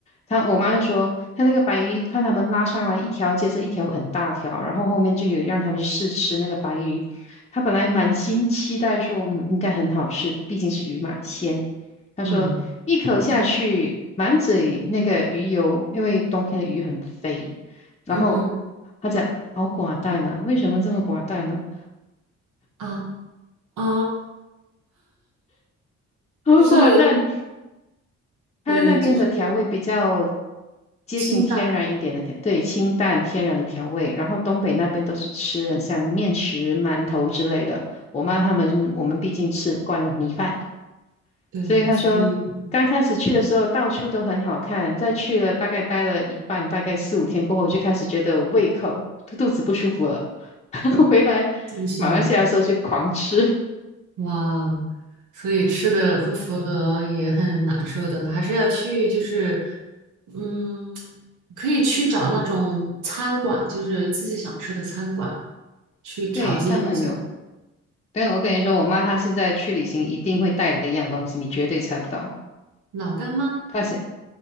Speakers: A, on the left; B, on the right.
A: 她我妈就说，她那个白鱼看他们拉上来一条接着一条很大条，然后后面就有让他们去试吃那个白鱼。他本来满心期待说，嗯，应该很好吃，毕竟是鱼嘛，鲜。他说一口下去，
B: 嗯
A: 满嘴那个鱼油，因为冬天的鱼很肥。然后
B: 嗯
A: 他讲好寡淡啊，为什么这么寡淡呢、
B: 啊啊，
A: 好寡淡，
B: <laughs> 就是
A: 他那边的调味比较
B: 对，就是
A: 接近天然一点的调，
B: 清淡
A: 对，清淡天然的调味。然后东北那边都是吃很像面食、馒头之类的。我妈他们，
B: 啊，
A: 我们毕竟吃惯了米饭。
B: 对，
A: 所以他说，
B: 所以
A: 刚开始去的时候到处都很好看，再去了大概待了一半，大概四五天过后，我就开始觉得胃口肚肚子不舒服了。<laughs> 回来
B: 就不行了。
A: 马来西亚的时候就狂吃。
B: 哇，所以吃的不符合也很难受的，还是要去就是，嗯，可以去找那种餐馆，就是自己想吃的餐馆去调节一下。
A: <laughs> 对，他们有，但我跟你说，我妈她现在去旅行一定会带的一样东西，你绝对猜不到。
B: 老干妈，
A: 她现